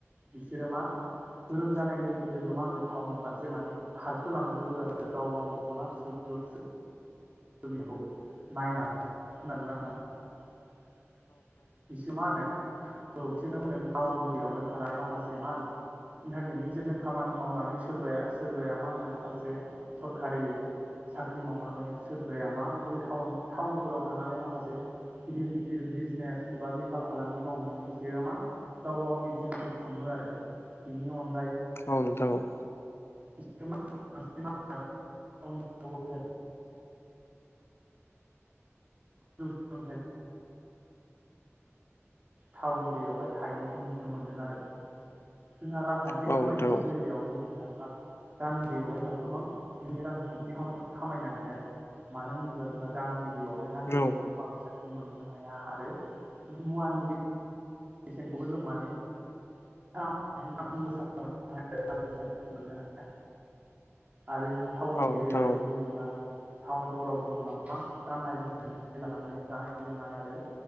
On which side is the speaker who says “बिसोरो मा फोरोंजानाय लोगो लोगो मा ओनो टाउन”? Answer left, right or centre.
Right